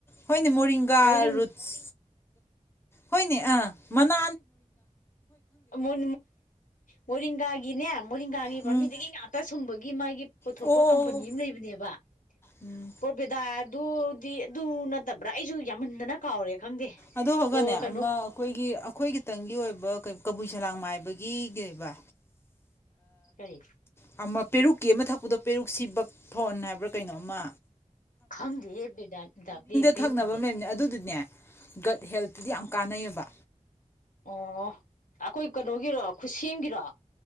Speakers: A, on the left (about 20°); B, on the left (about 80°).
A: ꯍꯣꯏꯅꯦ ꯃ ꯃꯣꯔꯤꯡꯒꯥ
B: ꯃꯣꯔꯤꯡ
A: ꯔꯨꯠꯁ ꯍꯣꯏꯅꯦ ꯑ ꯃꯅꯥ
B: ꯎ ꯃꯣꯔꯤꯡꯒꯥꯒꯤꯅꯦ ꯃꯣꯔꯤꯡꯒꯥꯒꯤ
A: ꯎꯝ
B: ꯄꯥꯝꯕꯤꯗꯒꯤ ꯉꯥꯛ ꯇꯁꯨꯝꯕꯒꯤ ꯃꯥꯒꯤ ꯄꯨꯊꯣꯛꯄ
A: ꯑꯣ ꯑꯣ
B: ꯀꯝꯄꯅꯤ ꯑꯃ ꯂꯩꯕꯅꯦꯕ
A: ꯎꯝ
B: ꯄꯔꯣꯕꯦꯗꯥ ꯑꯗꯨꯗꯤ ꯑꯗꯨ ꯅꯠꯇꯕ꯭ꯔꯥ ꯑꯩꯁꯨ ꯌꯥꯝꯃꯟꯗꯅ ꯀꯥꯎꯔꯦ ꯈꯪꯗꯦ
A: ꯑꯗꯨ ꯍꯧꯒꯅꯦ
B: ꯑꯣ ꯀꯩꯅꯣ
A: ꯑꯃ ꯑꯩꯈꯣꯏꯒꯤ ꯑꯩꯈꯣꯏꯒꯤ ꯈꯤꯇꯪꯒꯤ ꯑꯣꯏꯕ ꯀꯕꯨꯏ ꯁꯂꯥꯡ ꯃꯥꯏꯕꯒꯤ ꯀꯩꯕ
B: ꯀꯔꯤ
A: ꯑꯃ ꯄꯦꯔꯨꯛꯀꯤ ꯑꯃ ꯊꯛꯄꯗꯣ ꯄꯦꯔꯨꯛꯁꯤ ꯕꯛ ꯊꯣꯟ ꯍꯥꯏꯕ꯭ꯔꯥ ꯀꯩꯅꯣꯑꯃ꯫
B: ꯈꯪꯗꯦꯍꯦ <unintelligible> ꯄꯦꯔꯨꯛꯀꯤꯗꯤ꯫
A: ꯊꯛꯅꯕ ꯑꯃ ꯂꯩꯕꯅꯦ ꯑꯗꯨꯗꯨꯅꯦ ꯒꯠ ꯍꯦꯜꯇꯗꯤ ꯌꯥꯝ ꯀꯥꯟꯅꯩꯑꯕ꯫
B: ꯑꯣ ꯑꯩꯈꯣꯏ ꯀꯩꯅꯣꯒꯤꯔꯣ ꯈꯨꯠꯁꯦꯝꯒꯤꯔꯣ꯫